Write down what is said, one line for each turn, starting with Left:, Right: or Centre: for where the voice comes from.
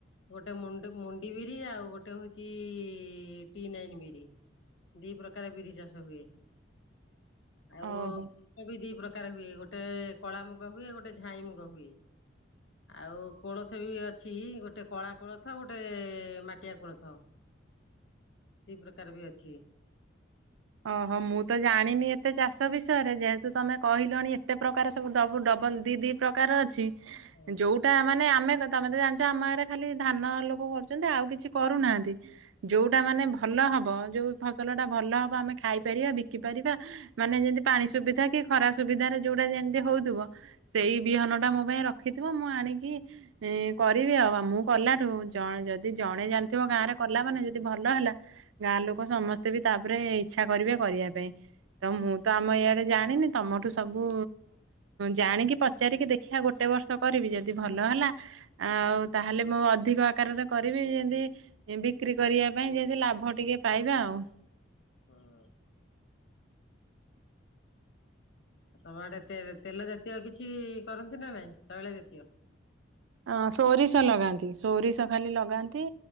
Left: ଗୋଟେ ମୁଣ୍ଡ୍ ମୁଣ୍ଡି ବିରି। ଆଉ ଗୋଟେ ହଉଛି ଟି ନାଇନ୍ ବିରି। ଦି ପ୍ରକାର ବିରି ଚାଷ ହୁଏ। ଆଉ
Right: ଓହୋ।
Left: ମୁଗ ବି ଦି ପ୍ରକାର ହୁଏ। ଗୋଟେ କଳା ମୁଗ ହୁଏ, ଗୋଟେ ଝାଇଁ ମୁଗ ହୁଏ। ଆଉ କୋଳଥ ବି ଅଛି, ଗୋଟେ କଳା କୋଳଥ ଗୋଟେ ମାଟିଆ କୋଳଥ। ଦି ପ୍ରକାର ବି ଅଛି।
Right: ଓହୋ। ମୁଁ ତ ଜାଣିନି ଏତେ ଚାଷ ବିଷୟରେ, ଯେହେତୁ ତମେ କହିଲଣି ଏତେ ପ୍ରକାର ସବୁ ଡବୁ ଡବଲ୍ ଦି ଦି ପ୍ରକାର ଅଛି
Left: ହଁ
Right: ଯୋଉ ଟା ମାନେ ଆମେ କଥାମେ ତ ଜାଣିଛ ଆମ ଆଡେ ଖାଲି ଧାନ ଲୋକ କରୁଛନ୍ତି ଆଉ କିଛି କରୁନାହାନ୍ତି। ଯୋଉଟା ମାନେ ଭଲ ହବ ଯୋଉ ଫସଲ ଟା ଭଲ ହବ ଆମେ ଖାଇ ପାରିବା ବିକି ପାରିବା ମାନେ ଯେମିତି ପାଣି ସୁବିଧା କି ଖରା ସୁବିଧାରେ ଯଉଟା ଯେମିତି ହଉଥିବ ସେଇ ବିହନ ଟା ମୋ ପାଇଁ ରଖିଥିବ ମୁଁ ଆଣିକି ଁ କରିବି ଆଉ। ବା ମୁଁ କଲାଠୁ ଜଣ ଯଦି ଜଣେ ଜାଣିଥିବ ଗାଁ ରେ କଲା ମାନେ ଯଦି ଭଲ ହେଲା ଗାଁ ଲୋକ ସମସ୍ତେ ବି ତାପରେ ଇଚ୍ଛା କରିବେ କରିବା ପାଇଁ। ତ ମୁଁ ତ ଆମ ଏଇଆଡେ ଜାଣିନି ତମଠୁ ସବୁ ଜାଣିକି ପଚାରିକି ଦେଖିବା ଗୋଟେ ବର୍ଷ କରିବି ଯଦି ଭଲ ହେଲା ଆଉ ତାହେଲେ ମୁଁ ଅଧିକ ଆକାରରେ କରିବି ଯେମିତି ବିକ୍ରି କରିବା ପାଇଁ ଯେମିତି ଲାଭ ଟିକେ ପାଇବା ଆଉ।
Left: ହଁ ଆଉ ଆଡେ ତେ ତେଲ ଜାତୀୟ କିଛି କରନ୍ତି ନା ନାଇଁ ତୈଳ ଜାତୀୟ?
Right: ଅ ସୋରିଷ ଲଗାନ୍ତି ସୋରିଷ ଖାଲି ଲଗାନ୍ତି।